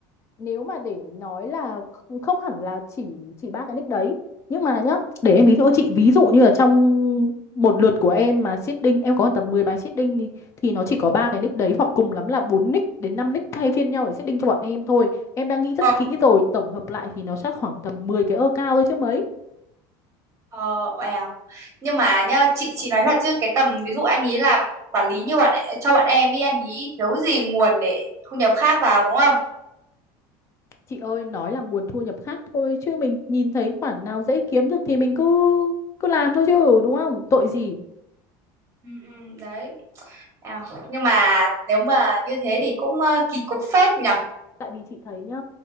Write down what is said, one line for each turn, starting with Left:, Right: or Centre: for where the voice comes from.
Left: nếu mà để nói là không hẳn là chỉ chỉ ba cái nick đấy nhưng mà nhá để em ví dụ cho chị ví dụ như là trong một lượt của em mà seeding em có tầm 10 bài seeding thì, thì nó chỉ có ba cái nick đấy hoặc cùng lắm là bốn nick đến 5 nick thay phiên nhau để seeding cho bọn em thôi em đang nghĩ rất
Right: ờ
Left: kỹ rồi tổng hợp lại thì nó chắc khoảng tầm 10 cái ơ cao thôi chứ mấy
Right: ờ eo. nhưng mà nhá chị chị nói thật chứ cái tầm ví dụ anh ý làm quản lý như bạn e- cho bạn em ý anh ý thiếu gì nguồn để thu nhập khác vào đúng không
Left: chị ơi nói là nguồn thu nhập khác thôi chứ mình nhìn thấy khoản nào dễ kiếm được thì mình cứ cứ làm thôi chứ đúng không tội gì
Right: ừ, ừ, đấy À, nhưng mà nếu mà như thế thì cũng ờ, kỳ cục phết nhở
Left: tại vì chị thấy nhá